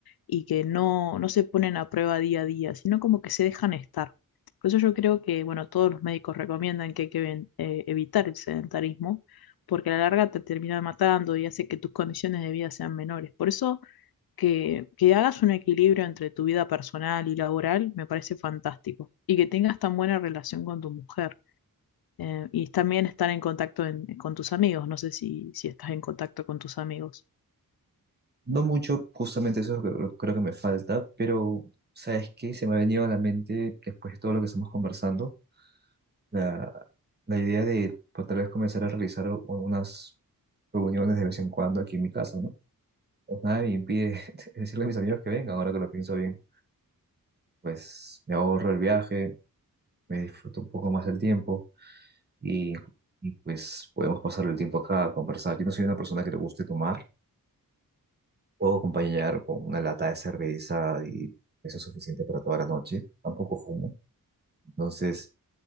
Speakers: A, on the left (about 85°); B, on the right (about 30°).
A: y que no, no se ponen a prueba día a día, sino como que se dejan estar. Por eso yo creo que, bueno, todos los médicos recomiendan que hay que ven- eh, evitar el sedentarismo, porque a la larga te termina matando y hace que tus condiciones de vida sean menores. Por eso que, que hagas un equilibrio entre tu vida personal y laboral me parece fantástico. Y que tengas tan buena relación con tu mujer. Eh, y también estar en contacto en- con tus amigos. No sé si, si estás en contacto con tus amigos.
B: No mucho, justamente eso es lo que lo- creo que me falta, pero ¿sabes qué? Se me ha venido a la mente después de todo lo que estamos conversando, la, la idea de pues, tal vez comenzar a realizar u- unas reuniones de vez en cuando aquí en mi casa, ¿no? Pues nada me impide <laughs> decirle a mis amigos que vengan, ahora que lo pienso bien. Pues me ahorro el viaje, me disfruto un poco más el tiempo y, y pues podemos pasar el tiempo acá a conversar. Yo no soy una persona que le guste tomar, puedo acompañar con una lata de cerveza y eso es suficiente para toda la noche. Tampoco fumo, entonces